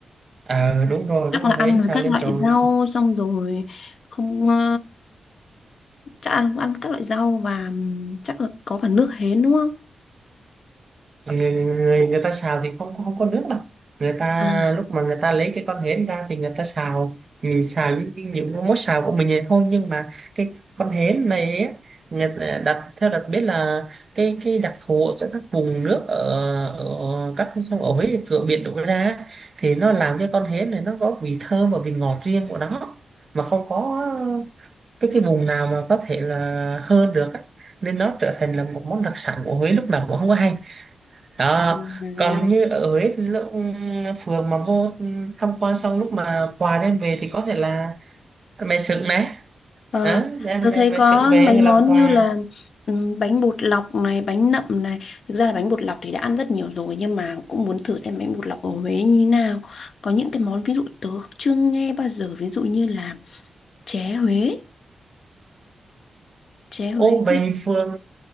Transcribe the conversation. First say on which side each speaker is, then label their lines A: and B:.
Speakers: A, on the right; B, on the left.
A: ờ, đúng rồi,
B: chắc
A: đúng rồi,
B: là
A: đấy
B: ăn với
A: sao
B: các
A: lên
B: loại
A: tròn
B: rau xong rồi không ờ, chắc ăn ăn các loại rau và chắc là có cả nước hến đúng không?
A: người, người, người ta xào thì không không có nước đâu người ta
B: À,
A: lúc mà người ta lấy cái con hến ra thì người ta xào mình xào những những cái món xào của mình này thôi nhưng mà cái con hến này ấy, người ta đặt theo đặt biết là cái cái đặc thù ở các vùng nước ở, ở các con sông ở Huế cửa biển đổ ra thì nó làm cho con hến này nó có vị thơm và vị ngọt riêng của nó mà không có cái cái vùng nào mà có thể là hơn được á. nên nó trở thành là một món đặc sản của Huế lúc nào cũng không có hay đó
B: ừ, à,
A: còn
B: thế à.
A: như ở Huế thì lúc phường mà vô tham quan xong lúc mà quà đem về thì có thể là mè sừng này
B: ờ,
A: đó, đem
B: tôi
A: mè,
B: thấy
A: mè
B: có
A: sừng về
B: mấy món
A: làm quà
B: như là ừm, bánh bột lọc này, bánh nậm này. Thực ra là bánh bột lọc thì đã ăn rất nhiều rồi nhưng mà cũng muốn thử xem bánh bột lọc ở Huế như thế nào. Có những cái món ví dụ tớ chưa nghe bao giờ, ví dụ như là chè Huế, chè Huế
A: ô vậy phường